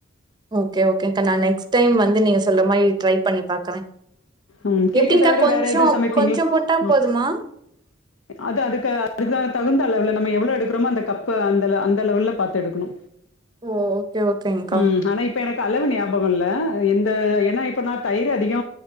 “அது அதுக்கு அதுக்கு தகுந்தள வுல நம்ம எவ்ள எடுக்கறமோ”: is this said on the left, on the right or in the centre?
Left